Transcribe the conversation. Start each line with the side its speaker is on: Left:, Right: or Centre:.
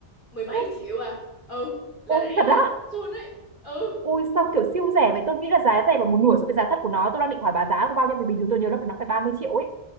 Left: 17
Right: <laughs>
Left: triệu à ừ là
Right: Ôi
Left: rẻ
Right: thật
Left: hơn
Right: á.
Left: Amazon ấy ừ
Right: Ui sao kiểu siêu rẻ vậy? Tôi nghĩ là giá rẻ bằng một nửa so với giá thật của nó. Tôi đang định hỏi bà giá của bao nhiêu vì bình thường tôi nhớ là nó phải 30 triệu ấy.